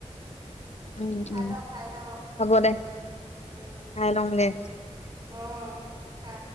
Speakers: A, on the left (about 70°); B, on the right (about 35°).
A: উম
B: খাই
A: উম
B: ল খাই ল
A: হ'ব দে
B: উম
A: খাই লওঁগে
B: অ খা।